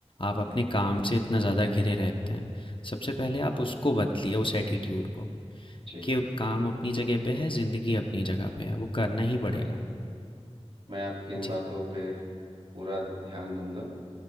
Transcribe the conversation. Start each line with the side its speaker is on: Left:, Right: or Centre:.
Left: आप अपने
Right: जी
Left: काम से इतना ज़्यादा घिरे रहते हैं सबसे
Right: जी
Left: पहले
Right: जी
Left: आप उसको बदलिए उस एटीट्यूड को
Right: ठीक
Left: कि काम अपनी जगह पे है ज़िंदगी अपनी जगह पे है वो करना ही पड़ेगा
Right: बिल्कुल मैं आपकी इन
Left: जी
Right: बातों पे पूरा ध्यान दूंगा